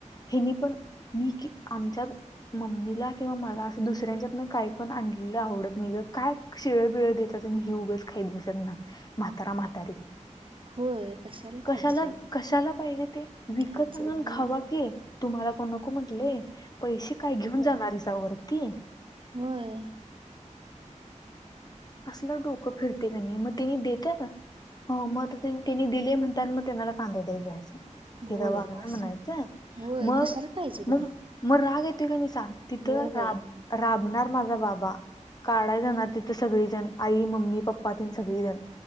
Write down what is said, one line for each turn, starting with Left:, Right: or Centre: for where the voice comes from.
Left: हनी पण मी क आमच्यात मम्मीला किंवा मला असं दुसऱ्यांच्यातनं काही पण आणलेलं आवडत नाही ग, काय शीळं बीळं देतात आणि ही उगच खायत बसत ना, म्हातारा म्हातारी.
Right: होय
Left: कशाला
Right: पाहिजे
Left: कशाला पाहिजे ते,
Right: घ्यायचं
Left: विकत आणून
Right: होय
Left: खावा की. तुम्हाला कोण नको म्हटले पैसे काय घेऊन जाणार आहेसावरती
Right: वय
Left: असलं डोकं फिरते का नाही मग त्यानी देत का मग त्यांनी दिले म्हणता मग त्यांना पांढर द्या जायचं हेग
Right: होय
Left: वागण
Right: असं
Left: म्हणायचं
Right: होय
Left: मग
Right: कशाला पाहिजे
Left: मग
Right: ग बाई
Left: मग राग येते का नाही सांग तिथं
Right: होय
Left: राब
Right: बाई
Left: राबणार माझा बाबा काढा जाणार
Right: होय
Left: तिथं सगळीजण आई मम्मी पप्पा ति सगळीजण